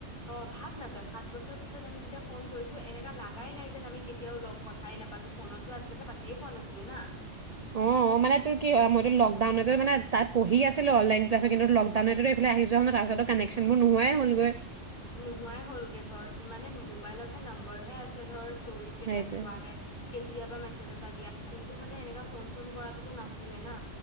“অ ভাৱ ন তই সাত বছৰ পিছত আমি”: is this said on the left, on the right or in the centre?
Left